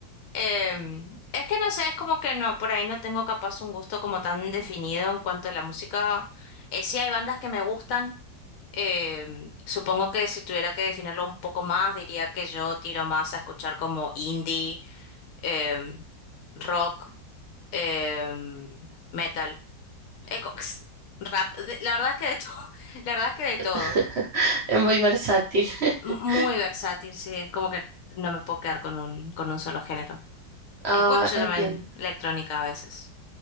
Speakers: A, on the left; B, on the right.
A: Em, es que no sé, es como que no, por ahí no tengo capaz un gusto como tan definido en cuanto a la música. Eh, sí hay bandas que me gustan. em, supongo que si tuviera que definirlo un poco más, diría que yo tiro más a escuchar como indie, em, rock, em, metal, eh, co- <laughs> rap. de- la verdad es que de todo, <laughs> la verdad es que de
B: <laughs>
A: todo.
B: Es muy versátil. <laughs>
A: M- Muy versátil, sí, es como que no me puedo quedar con un, con un solo género.
B: Ah,
A: Escucho
B: entiendo.
A: también electrónica a veces.